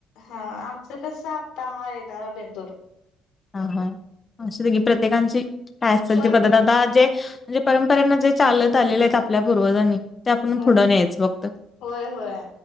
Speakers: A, on the left (about 75°); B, on the left (about 20°).
A: हा आमचं कस आत्ता हा येणारा बेंदूर.
B: हा. हा आसुदे की प्रत्येकांची काय असेल
A: होय
B: ते पद्धत
A: होय
B: आता जे जे परंपरेनं जे चालत आलेलं आहेत आपल्या पूर्वजांनी ते आपण
A: होय
B: पुढं न्यायचं फक्त,
A: होय होय.